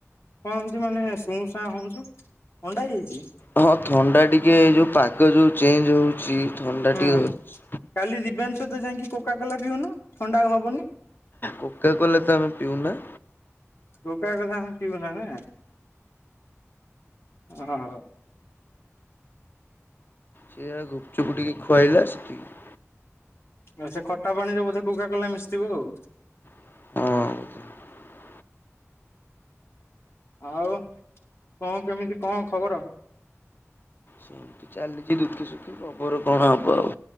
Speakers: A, on the left; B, on the left.
A: କଣ ହିନ୍ଦି ମାନେ ଶୁଣ ସାଁ ହଉଛୁ ଅଣ୍ଡା ଯାଇଛି?
B: ହଁ ଥଣ୍ଡା ଟିକେ ଏଇ ଯୋଉ ପାଗ ଯୋଉ ଚେଞ୍ଜ ହଉଛି। ଥଣ୍ଡା
A: ହୁଁ
B: ଟିକେ ଧରିଛି।
A: କାଲି ଦିବ୍ୟାଂଶ ତ ଯାଇକି କୋକା କଲା ପିଉନୁ ଥଣ୍ଡା ହବନି।
B: କୋକା କୋଲା ତ ଆମେ ପିଉନା।
A: କୋକା କୋଲା ଆମେ ପିିଓ ନା ନା। ହଉ।
B: ସେଆ ଗୁପଚୁପ ଟିକେ ଖୁଆଇଲା ସେତିକି।
A: ଆଉ ସେ ଖଟା ପାଣିରେ ବୋଧେ କୁକା କଲା ମିଶଥିବ ଆଉ।
B: ହଉ।
A: ଆଉ କଣ କେମିତି କଣ ଖବର?
B: ସେମତି ଚାଲିଛି ଦୁଃଖେ ସୁୁଖେ ଖବର କଣ ହବ ଆଉ।